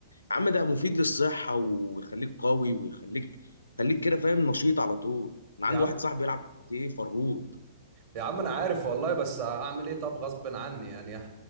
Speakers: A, on the left; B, on the right.
A: يا عم ده مفيد للصحة ويخليك قوي ويخليك خليك كده فاهم نشيط على طول انا
B: يا
A: عندي
B: عم
A: واحد صاحبي بيلعب كاراتيه فرهود
B: يا عم انا عارف والله بس اعمل ايه طب غصب عني يعني